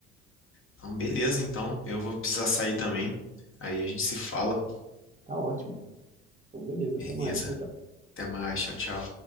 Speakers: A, on the left; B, on the right.
A: Então, beleza, então. Eu vou precisar sair também. Aí a gente se fala.
B: Tá ótimo. Então, beleza. Até
A: Beleza.
B: mais. Tchau, tchau.
A: Até mais. Tchau, tchau.